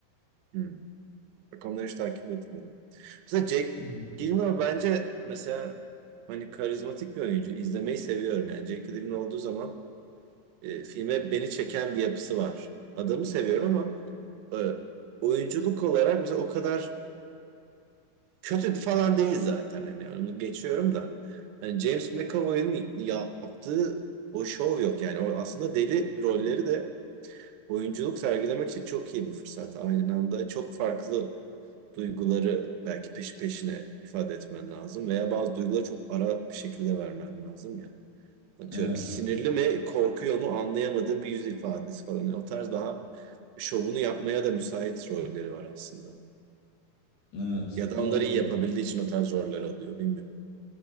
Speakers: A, on the right (about 80°); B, on the left (about 70°).
A: hı. Bak onları hiç takip etmedim. Mesela Jack
B: <laughs>
A: Gyllenhaal bence mesela hani karizmatik bir oyuncu. İzlemeyi seviyorum yani. Jack Gyllenhaal olduğu zaman e, filme beni çeken bir yapısı var. Adamı seviyorum ama e, oyunculuk olarak mesela o kadar kötü falan değil zaten. Hani yani onu geçiyorum da. Hani James McAvoy'un yaptığı o şov yok yani. O aslında deli rolleri de oyunculuk sergilemek için çok iyi bir fırsat. Aynı anda çok farklı duyguları belki peşi peşine ifade etmen lazım veya bazı duyguları çok ara bir şekilde vermen lazım ya. Atıyorum
B: Evet.
A: sinirli mi korkuyor mu anlayamadığım bir yüz ifadesi falan. Yani o tarz daha şovunu yapmaya da müsait rolleri var aslında.
B: Evet.
A: Ya da
B: Doğru.
A: onları iyi yapabildiği için o tarz roller alıyor bilmiyorum.